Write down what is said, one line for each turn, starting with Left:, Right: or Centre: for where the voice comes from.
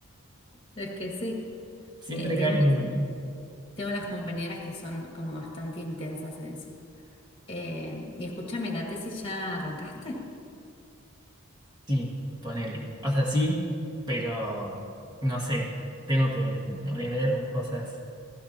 Left: Es que sí.
Right: Siempre
Left: Eh, tengo,
Right: cae como...
Left: tengo unas compañeras que son como bastante intensas en eso. Eh, y escúchame, ¿la tesis ya arrancaste?
Right: Sí, ponele. O sea, sí, pero no sé, tengo que rever cosas.